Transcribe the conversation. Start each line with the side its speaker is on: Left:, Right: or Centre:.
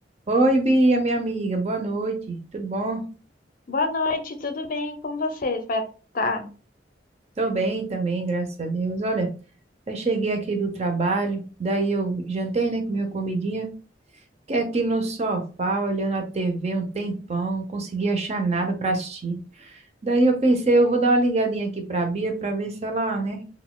Right: Oi, Bia, minha amiga, boa noite. Tudo bom?
Left: Boa noite, tudo bem? Como você vai tá?
Right: Tô bem também, graças a Deus. Olha, eu cheguei aqui do trabalho, daí eu jantei, né, com minha comidinha. Fiquei aqui no sofá, olhando a TV um tempão, não consegui achar nada para assistir. Daí eu pensei, eu vou dar uma ligadinha aqui pra Bia para ver se ela, né,